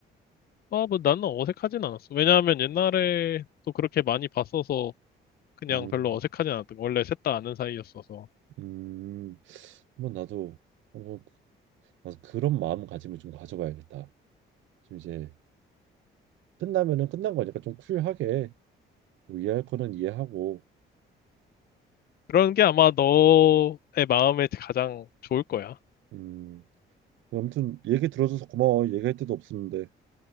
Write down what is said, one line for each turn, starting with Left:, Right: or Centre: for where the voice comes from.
Left: 아, 뭐 나는 어색하진 않았어. 왜냐하면 옛날에 또 그렇게 많이 봤어서 그냥
Right: 음,
Left: 별로 어색하진 않았던 거. 원래 셋 다 아는 사이였어서.
Right: 음, 그러 나도 뭐 나도 그런 마음가짐을 좀 가져봐야겠다. 좀 이제 끝나면은 끝난 거니까 좀 쿨하게 뭐 이해할 거는 이해하고
Left: 그런 게 아마 너의 마음에 가장 좋을 거야.
Right: 음 아무튼 얘기 들어줘서 고마워. 얘기할 데도 없었는데